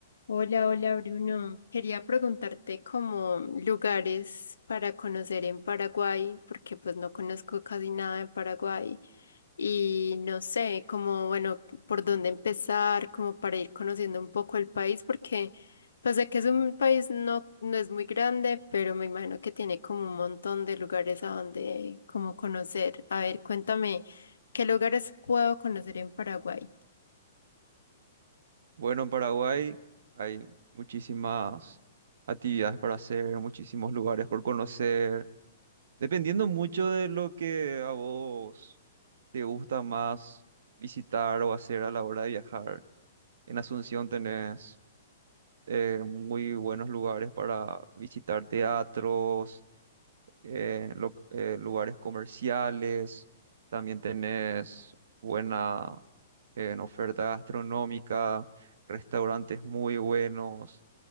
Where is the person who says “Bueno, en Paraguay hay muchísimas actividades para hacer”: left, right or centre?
Right